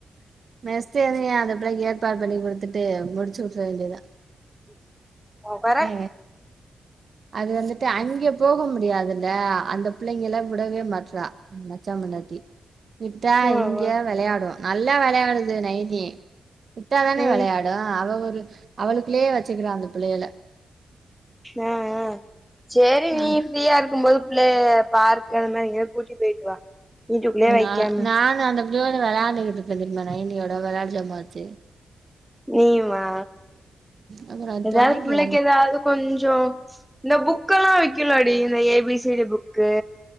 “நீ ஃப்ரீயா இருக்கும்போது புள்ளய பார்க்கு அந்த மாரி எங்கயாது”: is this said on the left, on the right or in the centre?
Centre